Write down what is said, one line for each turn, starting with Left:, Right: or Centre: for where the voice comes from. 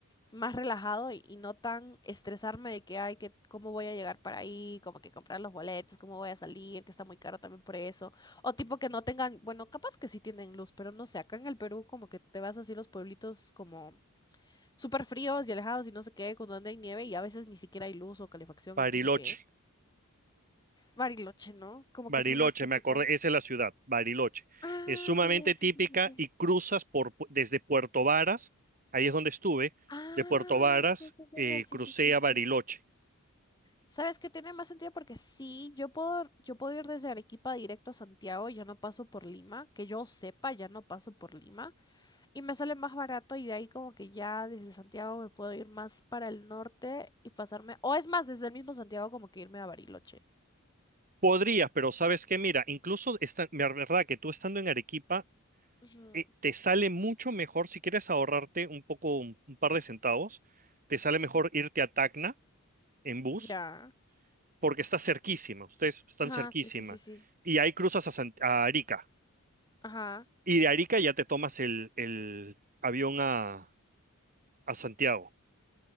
Left: más relajado y, y no tan estresarme de que, ay, que cómo voy a llegar para ahí, como que comprar los boletos, cómo voy a salir, que está muy caro también por eso. O tipo que no tengan, bueno, capaz que sí tienen luz, pero no sé, acá en el Perú como que te vas así a los pueblitos como súper fríos y alejados y no sé qué, con donde hay nieve y a veces ni siquiera hay luz o calefacción
Right: Bariloche,
Left: y no sé qué. Bariloche, ¿no? Como
Right: Bariloche,
Left: que es el más típico.
Right: me acordé, esa es la ciudad, Bariloche.
Left: Ah,
Right: Es sumamente
Left: ya, ya, sí,
Right: típica
Left: sí, sí. sí.
Right: y cruzas por, pu- desde Puerto Varas, ahí es donde estuve,
Left: Ah,
Right: de Puerto Varas
Left: ya, ya, ya,
Right: eh,
Left: ya, sí,
Right: crucé
Left: sí, sí, sí.
Right: a Bariloche.
Left: ¿Sabes qué tiene más sentido? Porque sí, yo puedo, yo puedo ir desde Arequipa directo a Santiago, ya no paso por Lima, que yo sepa, ya no paso por Lima, y me sale más barato y de ahí como que ya desde Santiago me puedo ir más para el norte y pasarme, o es más, desde el mismo Santiago como que irme a Bariloche.
Right: Podrías, pero sabes qué, mira, incluso esta, la verdad que tú estando en Arequipa
Left: Ujú,
Right: eh, te sale mucho mejor, si quieres ahorrarte un poco, un, un par de centavos, te sale mejor irte a Tacna en bus,
Left: Ya.
Right: porque está cerquísima, ustedes están
Left: Ajá,
Right: cerquísima.
Left: sí, sí, sí, sí.
Right: Y ahí cruzas a, San- a Arica.
Left: Ajá.
Right: Y de Arica ya te tomas el, el avión a, a Santiago,